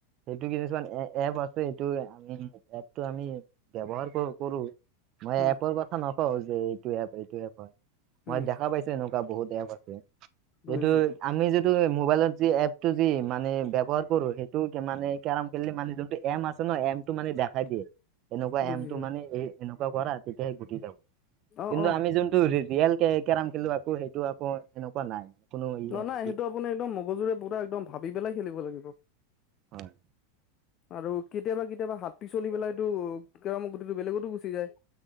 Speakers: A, on the right; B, on the left.
A: সেইটো কিছুমান এ এপ আছে এইটো আমি এপটো আমি ব্যৱহাৰ কৰো কৰো মই
B: উম
A: এপৰ কথা নকওঁ যে এইটো এপ এইটো এপ হয় মই
B: উম
A: দেখা পাইছো এনেকুৱা বহুত এপ হয়।
B: বুজিছো
A: এইটো আমি যিটো মোবাইলত যি এপটো যি মানে ৰ, কৰো সেইটো মানে কেৰম কে মানে যোনটো এম আছে ন এমটো মানে দেখাই দিয়ে। এনেকুৱা
B: বুজিছো
A: এমটোমানে এই এনেকুৱা কৰা তেতিয়া কিন্তু
B: অ অ
A: আমি যোনটো ৰিয়েল কেৰম খেলো আকৌ সেইটো আকৌ সেনেকুৱা নাই কোনো ইয়ে
B: নহ নাহই
A: নাই
B: সেইটো আপুনি একদম মগজুৰে পুৰা একদম ভাবি পেলাই খেলিব লাগিব।
A: হয়
B: আৰু কেতিয়াবা কেতিয়াবা হাতী চলি পেলাইতটো কেৰমৰ গুটিটো বেলেগতো গুচি যায়।